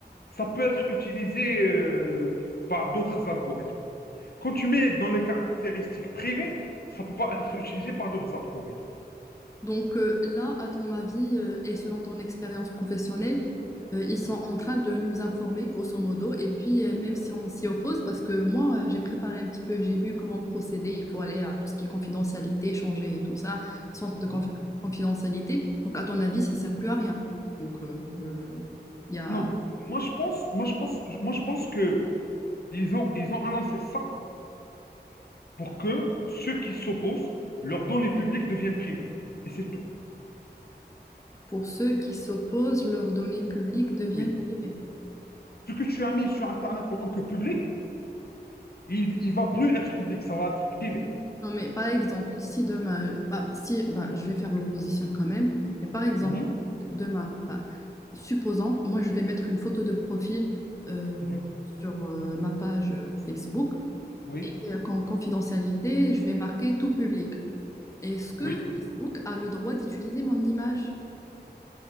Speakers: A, on the left; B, on the left.
A: ça peut être utilisé euh, par d'autres algorithmes. Quand tu mets dans les caractéristiques privées, ça ne peut pas être utilisé par d'autres algorithmes.
B: Donc euh, là, à ton avis euh, et selon ton expérience professionnelle, euh, ils sont en train de nous informer, grosso modo. Et puis, euh, même si on s'y oppose, parce que moi, euh, j'ai préparé un petit peu, j'ai vu comment procéder. Il faut aller à tout ce qui est confidentialité, changer et tout ça, centre de
A: Mhm.
B: confi- confidentialité. Donc, à ton avis, ça sert plus à rien. Donc, euh, euh, il y a,
A: Non, moi je pense, moi je pense, moi je pense que ils ont, ils ont annoncé ça pour que ceux qui s'opposent, leurs données publiques deviennent privées. Et c'est tout.
B: pour ceux qui s'opposent, leurs données publiques deviennent
A: Oui,
B: privées.
A: ce que tu as mis sur Internet en tant que public, il ne va plus être public, ça va être privé.
B: Non, mais par exemple, si demain, bah, si, bah, je vais faire l'opposition quand même, mais par exemple,
A: Mhm,
B: demain, bah, supposons, moi, je vais mettre une photo de profil euh,
A: mhm.
B: sur euh, ma page euh, Facebook,
A: Oui,
B: et euh, qu'en confidentialité, je vais marquer tout public. Est-ce que
A: oui.
B: Facebook a le droit d'utiliser mon image?